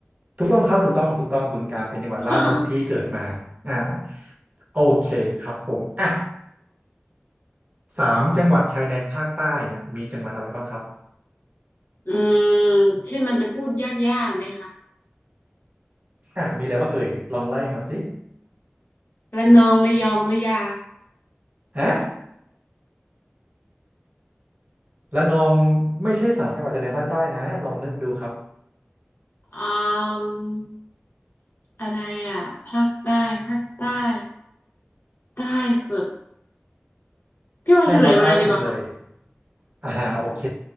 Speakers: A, on the right; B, on the left.
A: ถูกต้องครับถูกต้องถูกต้องบึงกาฬเป็นจังหวัดล่าสุดที่เกิดมาอ่า
B: <laughs>
A: โอเคครับผมอ่ะสามจังหวัดชายแดนภาคใต้เนี่ยมีจังหวัดอะไรบ้างครับ
B: อืมที่มันจะพูดยากๆไหมคะ
A: อ่ะมีอะไรบ้างเอ่ยลองไล่มาสิ
B: ระนองระยองระยา
A: ฮะระนองไม่ใช่สามจังหวัดชายแดนภาคใต้นะลองนึกดูครับ
B: อืมอะไรอ่ะภาคใต้ภาคใต้ใต้สุดพี่ว่นเฉลยมาเลยดีกว่าค่ะ
A: ใช่ครับใต้สุดเลยอ่าโอเค